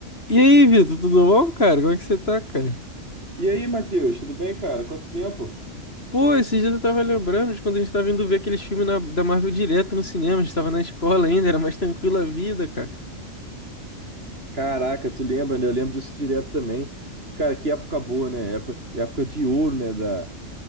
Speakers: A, on the left (about 50°); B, on the right (about 50°).
A: E aí, Vitor, tudo bom, cara? Como é que você tá, cara?
B: E aí, Matheus, tudo bem, cara? Quanto tempo?
A: Pô, esses dias eu tava lembrando de quando a gente tava indo ver aqueles filmes na- da Marvel direto no cinema, a gente tava na escola ainda, era mais tranquila a vida, cara.
B: Caraca, tu lembra, né? Eu lembro disso direto também. Cara, que época boa, né? Época, época de ouro, né? Da,